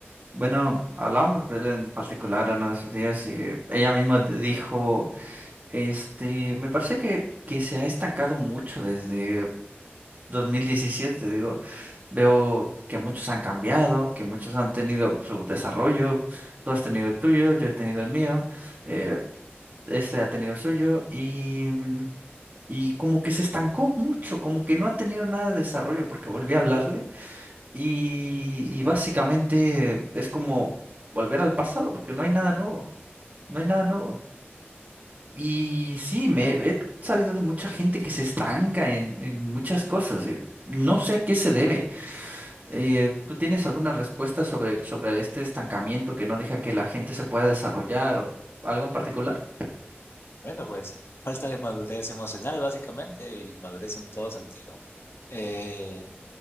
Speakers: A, on the right (about 40°); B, on the left (about 70°).
A: Bueno, hablábamos de él en particular uno de esos días y ella misma d- dijo, este, me parece que, que se ha estancado mucho desde 2017, digo, veo que muchos han cambiado, que muchos han tenido su desarrollo, tú has tenido el tuyo, yo he tenido el mío, eh, este ha tenido el suyo y, y como que se estancó mucho, como que no ha tenido nada de desarrollo porque volví a hablarle. Y, y básicamente es como volver al pasado, porque no hay nada nuevo, no hay nada nuevo. Y sí, me he sabido de mucha gente que se estanca en, en muchas cosas. eh, No sé a qué se debe. Eh, ¿tú tienes alguna respuesta sobre, sobre este estancamiento que no deja que la gente se pueda desarrollar o algo en particular?
B: Bueno, pues falta de madurez emocional básicamente y madurez en todo sentido. Eh,